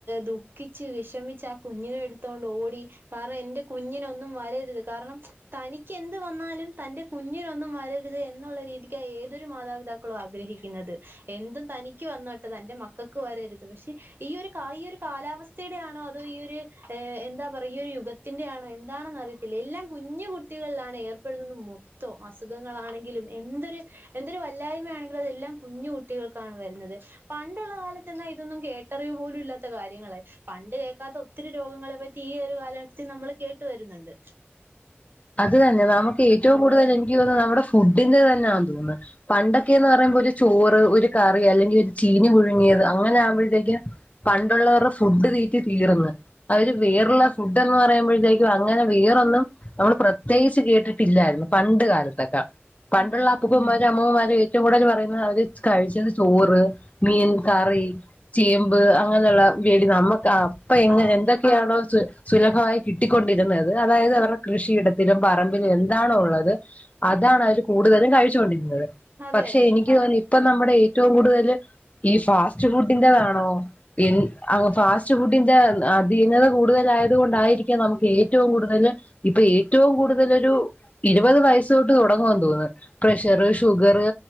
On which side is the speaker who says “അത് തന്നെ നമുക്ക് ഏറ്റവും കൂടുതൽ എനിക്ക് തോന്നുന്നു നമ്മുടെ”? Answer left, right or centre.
Left